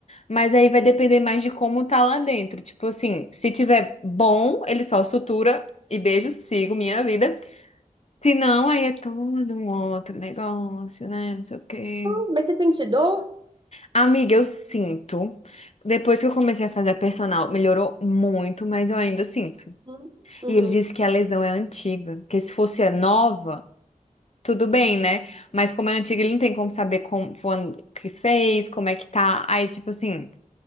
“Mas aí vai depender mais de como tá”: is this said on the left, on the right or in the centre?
Left